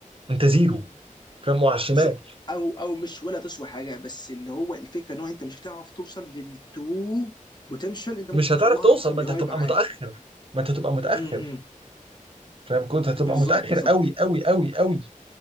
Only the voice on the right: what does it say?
انت زيرو فاهم وعلى الشمال
مش
هتعرف
توصل
ما انت هتبقى
متاخر ما انت هتبقى متاخر
فاهم كنت هتبقى
متاخر
قوي قوي قوي قوي